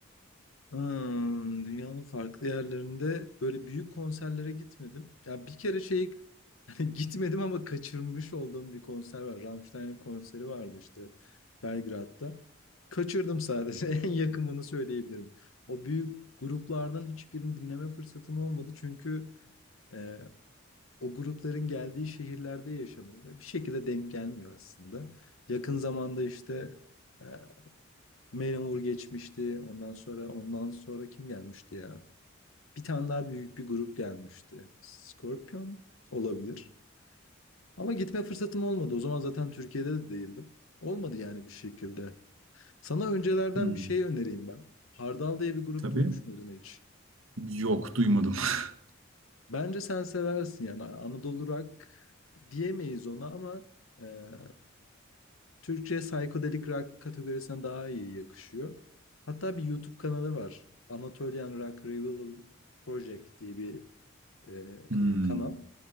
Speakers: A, on the left; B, on the right.
A: Hmm, dünyanın farklı yerlerinde böyle büyük konserlere gitmedim. Ya bir kere şey <laughs> hani gitmedim ama kaçırmış olduğum bir konser var. Rammstein'in konseri vardı işte Belgrad'da. Kaçırdım sadece. <laughs> En yakın bunu söyleyebilirim. O büyük gruplardan hiçbirini dinleme fırsatım olmadı çünkü e, o grupların geldiği şehirlerde yaşamıyor ve bir şekilde denk gelmiyor aslında. Yakın zamanda işte e, Manowar geçmişti. Ondan sonra ondan sonra kim gelmişti ya? Bir tane daha büyük bir grup gelmişti. Scorpion olabilir. Ama gitme fırsatım olmadı. O zaman zaten Türkiye'de de değildim. Olmadı yani bir şekilde. Sana öncelerden
B: Hmm,
A: bir şey önereyim ben. Hardal diye bir grup
B: tabii.
A: duymuş muydun hiç?
B: Yok duymadım. <laughs>
A: Bence sen seversin yani Anadolu Rock diyemeyiz ona ama ee, Türkçe psychedelic rock kategorisine daha iyi yakışıyor. Hatta bir YouTube kanalı var. Anatolian Rock Revival Project diye bir e,
B: Hmm.
A: k- kanal.